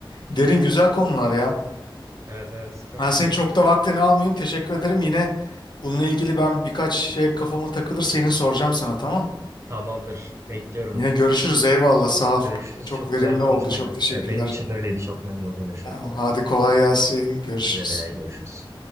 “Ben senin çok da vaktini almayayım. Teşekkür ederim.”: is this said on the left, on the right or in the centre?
Left